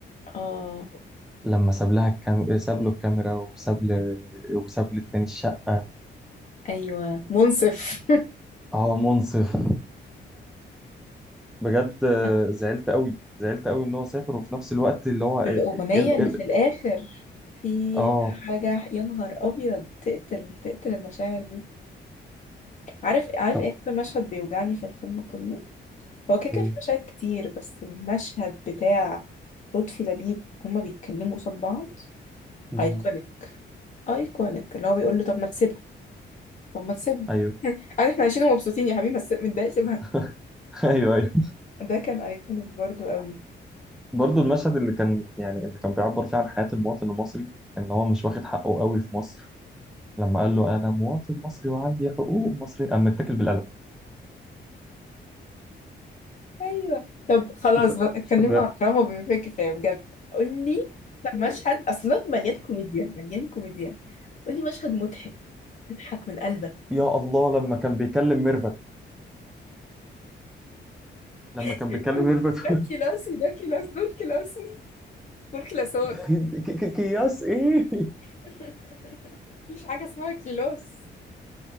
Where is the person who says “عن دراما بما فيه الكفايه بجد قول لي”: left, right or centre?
Left